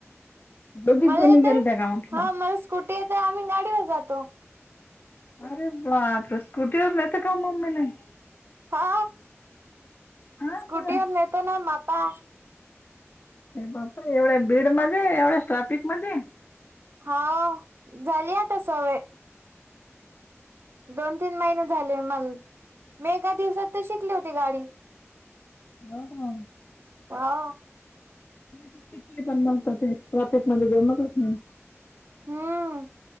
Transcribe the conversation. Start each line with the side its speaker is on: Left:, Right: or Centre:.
Left: दोघीच
Right: मला
Left: जणी
Right: तर
Left: गेलत्या का म्हटलं
Right: हा मला स्कुटी आहे तर आम्ही गाडीवर जातो.
Left: अरे बा आप स्कुटीवर नाहीेत का मम्मी नाही.
Right: हा
Left: हा
Right: स्कुटीवर
Left: का
Right: नेतो ना मापा.
Left: बाप एवढ्या बीड मध्ये एवढ्या ट्राफिक मध्ये,
Right: हो झाली आता सवय. दोन तीन महिने झाले मग, मी एका दिवसात तर शिकली होती गाडी.
Left: हो का.
Right: हा!
Left: म पिकली पण बणतात ते रतच म जमतच ना!
Right: हम्म!